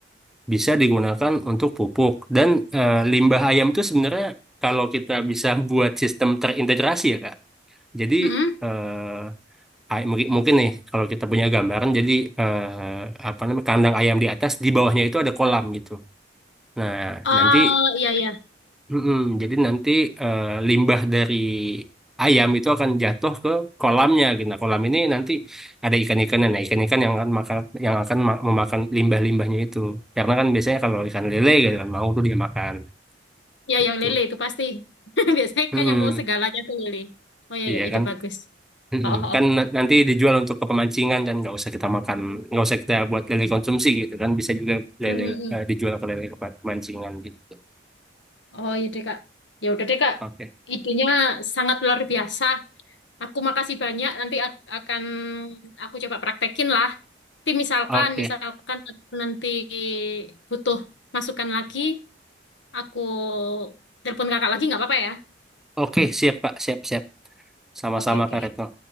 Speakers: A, in the centre; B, on the left (about 75°).
A: bisa digunakan untuk pupuk dan eh, limbah ayam itu sebenarnya kalau kita bisa buat sistem terintegrasi ya Kak jadi
B: Mm-mm.
A: eh, ay- mungkin mungkin nih kalau kita punya gambaran jadi eh, apa namanya kandang ayam di atas di bawahnya itu ada kolam gitu nah
B: Oh
A: nanti
B: iya iya,
A: mm-mm, jadi nanti eh, limbah dari ayam itu akan jatuh ke kolamnya gitu nah kolam ini nanti ada ikan-ikannya nah ikan-ikan yang akan makan yang akan ma- memakan limbah-limbahnya itu karena kan biasanya kalau ikan lele gitu kan mau tuh dia makan
B: iya
A: gitu
B: yang lele itu pasti. <laughs> Biasanya
A: Mm-mm.
B: kan yang mau segalanya tuh lele. Oh iya
A: iya
B: iya, ide
A: kan
B: bagus.
A: Mm-mm.
B: Oh, oh,
A: Kan
B: oh.
A: na- nanti dijual untuk kepemancingan dan nggak usah kita makan, nggak usah kita buat lele konsumsi gitu kan bisa juga lele
B: Mm-mm-mm.
A: eh, dijual ke lele kepa- kemancingan gitu.
B: Oh iya deh Kak. Ya udah deh Kak.
A: Oke,
B: Idenya sangat luar biasa. Aku makasih banyak. Nanti ak- akan aku coba praktekin lah. Nanti misalkan,
A: oke,
B: misalkan aku nanti butuh masukan lagi, aku telepon kakak lagi nggak apa-apa ya?
A: oke siap Kak, siap siap, sama-sama
B: Oke, oke.
A: Kak Retno,